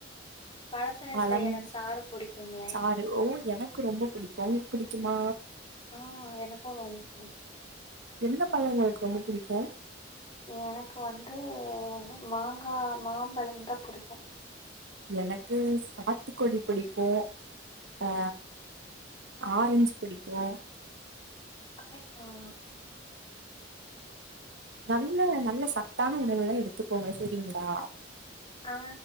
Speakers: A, on the left; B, on the right.
A: பழத்துல
B: பழம்
A: செயிற சாறு புடிக்குங்களே
B: சாறு ஓ எனக்கு ரொம்போ புடிக்கு உங்குளுக்கு புடிக்குமா
A: ஆ எனக்கு வந்துச்சு
B: எந்த பழோ உங்களுக்கு ரொம்போ புடிக்கு
A: எனக்கு வந்து மாங்கா மாம்பழம் தா புடிக்கு
B: எனக்கு சாத்துக்குடி புடிக்கு ஆ ஆரஞ்ச் பிடிக்கு
A: <unintelligible>
B: நல்ல நல்ல சத்தான உணவெல்லா எடுத்துக்கோங்க சரிங்களா
A: ஆ